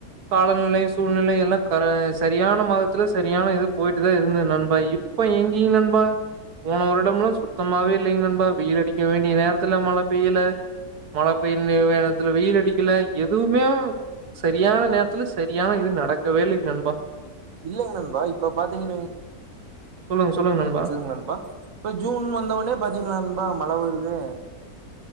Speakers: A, on the right; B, on the right.
A: காலநிலை சூழ்நிலை எல்லா க சரியான மாதத்துல சரியான இது போயிட்டுது இருந்தது நண்பா இப் இப்ப இங்கீங் நண் பா போன வருடம்லா சுத்தமாவே இல்லைங்க நண்பா வெயில் அடிக்க வேண்டிய நேரத்துல மழ பெய்யல மழ பெய்ற நே நேரத்துல வெயில் அடிக்கல எதுமே சரியான நேரத்துல சரியான இது நடக்கவே இல்லை நண்பா
B: இல்லைங்க நண்பா இப்ப பாத்தீங்கன்னு
A: சொல்லுங்க சொல்லுங்க நண்பா
B: இல்லங்க நண்பா இப்ப ஜூன் வந்த உடனே பாத்தீங்கன்னா நண்பா மழ வருது